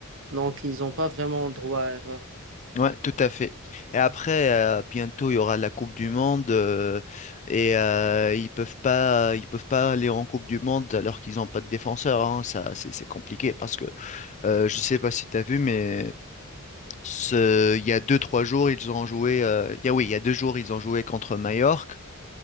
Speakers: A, on the right (about 65°); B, on the left (about 35°).
A: Donc, ils n'ont pas vraiment droit à erreur.
B: Ouais, tout à fait. Et après, euh, bientôt, il y aura la Coupe du Monde euh, et euh, ils peuvent pas, ils peuvent pas aller en Coupe du Monde alors qu'ils n'ont pas de défenseur. hein. Ça, c'est c'est compliqué parce que Euh, je sais pas si tu as vu, mais ce- il y a deux, trois jours, ils ont joué. euh, il y a, oui, il y a deux jours, ils ont joué contre Majorque.